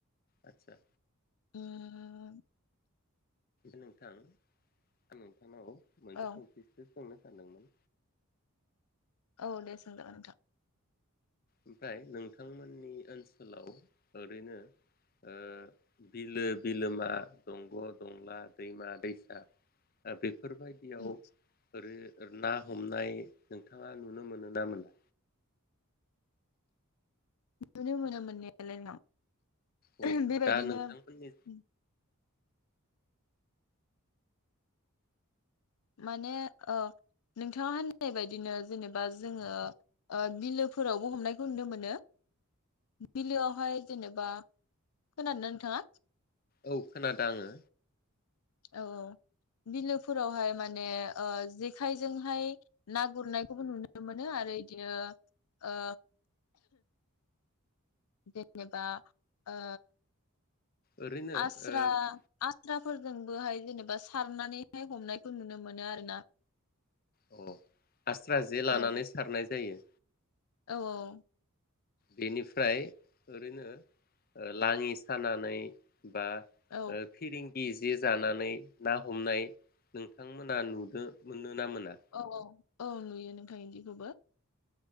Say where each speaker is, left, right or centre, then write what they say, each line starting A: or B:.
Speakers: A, on the left (about 40°); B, on the left (about 80°).
A: आटचा।
B: उम
A: नोंथां आं नोंथांनाव मोनसे
B: औ
A: <unintelligible> सोंनो सानदोंमोन।
B: औ दे सोंजागोन नोंथां।
A: ओमफ्राय नोंथांमोननि ओनसोलाव ओरैनो ओ बिलो बिलोमा, दंग' दंला, दैमा दैसा बे बफोरबायदियाव
B: उम
A: <unintelligible> ना हमनाय नोंथाङा नुनो मोनो ना मोनला?
B: नुनो मोनो मोननायालाय <unintelligible>
A: औ
B: बेबायदिनो
A: दा नोंथांमोननि
B: उम माने ओ नोंथाङा होननाय बायदिनो जेनेबा जोङो ओ बिलोफोरावबो हमनायखौ नुनो मोनो। बिलोआवहाय जेनेबा खोनादोना नोंथाङा?
A: औ खोनादों आङो।
B: औ औ बिलोफोरावहाय माने ओ जेखाइजोंहाय ना गुरनायखौबो नुनो मोनो आरो इदियो ओ जेनेबा ओ
A: ओरैनो
B: आस्रा
A: ओ
B: आस्रा फोरजोंबोहाय जेनेबा सारनानैहाय हमनायखौ नुनो मोनो आरोना।
A: अ आस्रा जे लानानै
B: औ
A: सारनाय जायो।
B: औ औ।
A: बेनिफ्राय ओरैनो लांयि सानानै बा
B: औ
A: ओ फिरिं इ जे जानानै ना हमनाय नोंथांमोना नुदों मोनो ना मोना
B: औ औ। औ नुयो नोंथां इदिखौबो।